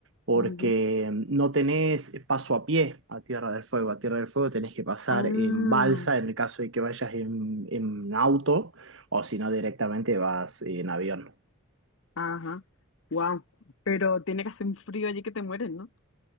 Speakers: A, on the right; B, on the left.
A: porque
B: Ujú.
A: no tenés paso a pie a Tierra del Fuego. A Tierra del Fuego tenés que pasar
B: Ah,
A: en balsa en el caso de que vayas en, en auto, o si no directamente vas en avión.
B: ajá. Wow. Pero tiene que hacer un frío allí que te mueres, ¿no?